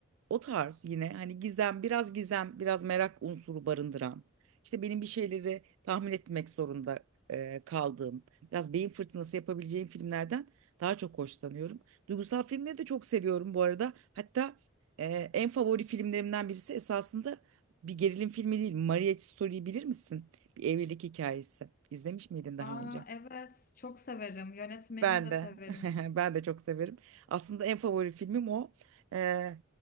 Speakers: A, on the right; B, on the left.
A: O tarz yine hani gizem biraz gizem biraz merak unsuru barındıran işte benim bir şeyleri tahmin etmek zorunda e, kaldığım biraz beyin fırtınası yapabileceğim filmlerden daha çok hoşlanıyorum. Duygusal filmleri de çok seviyorum bu arada. Hatta e, en favori filmlerimden birisi esasında bir gerilim filmi değil. Marriage Story'yi bilir misin? Bir evlilik hikayesi. İzlemiş miydin daha
B: Aa
A: önce?
B: evet çok severim. Yönetmenini
A: Ben
B: de
A: de.
B: severim.
A: <laughs> Ben de çok severim. Aslında en favori filmim o. E,